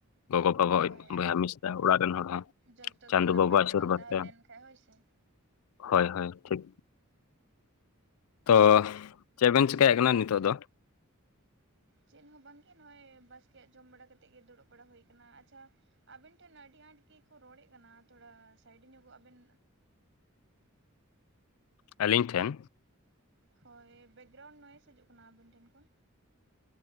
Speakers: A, on the left; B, on the right.
A: ᱜᱚᱜᱚᱼᱵᱟᱵᱟᱣᱟ-ᱜ
B: ᱦᱳᱭ
A: ᱵᱚᱭᱹᱦᱟ,
B: ᱟᱨ
A: ᱢᱤᱥᱨᱟ, ᱚᱲᱟ-ᱜ ᱨᱮᱱ ᱦᱚᱲ ᱾ᱦᱚᱸ
B: ᱡᱚᱛᱚ
A: ᱪᱟᱸᱫᱚ
B: ᱜᱮ ᱱᱟᱯᱟᱭ
A: ᱵᱟᱵᱟᱣᱟ-ᱜ
B: ᱜᱮᱵᱚᱱ
A: ᱟᱥᱤᱨ ᱵᱟᱵᱟᱛᱮ᱾
B: ᱛᱟᱦᱮᱸ ᱞᱮᱱ ᱠᱷᱟᱡ ᱦᱳᱭ ᱥᱮ
A: ᱦᱳᱭ- ᱦᱳᱭ ᱴᱷᱤᱠ᱾ ᱛᱚ᱾ ᱪᱮᱫ ᱵᱮᱱ ᱪᱮᱠᱟᱹᱭᱮᱫ ᱠᱟᱱᱟ᱾ ᱱᱤᱛᱳ-ᱜ ᱫᱚ?
B: ᱪᱮᱫ ᱦᱚᱸ ᱵᱟᱝᱜᱮ ᱾ᱱᱚᱜᱼᱚᱭ ᱵᱟᱥᱠᱮᱭᱟ-ᱜ ᱡᱚᱢ ᱵᱟᱲᱟ ᱠᱟᱛᱮᱫ ᱜᱮ᱾ ᱫᱩᱲᱩᱵ ᱵᱟᱲᱟ ᱦᱩᱭ ᱠᱟᱱᱟ᱾ ᱟᱪᱷᱟ ᱟᱵᱮᱱ ᱴᱷᱮᱱ, ᱟᱹᱰᱤ ᱟᱸᱴ ᱜᱮ-ᱠᱚ ᱨᱚᱲᱮᱫ ᱠᱟᱱᱟ ᱾ᱛᱷᱚᱲᱟ ᱥᱟᱭᱤᱰ ᱧᱚᱜᱚ-ᱜ ᱟᱵᱮᱱ᱾
A: ᱟᱹᱞᱤᱧ ᱴᱷᱮᱱ᱾
B: ᱦᱳᱭ᱾ ᱵᱮᱠᱜᱨᱟᱣᱩᱱᱰ ᱱᱚᱣᱮᱥ ᱦᱤᱡᱩ-ᱜ ᱠᱟᱱᱟ ᱾ᱟᱹᱵᱤᱱ ᱴᱷᱮᱱ ᱠᱷᱚᱱ᱾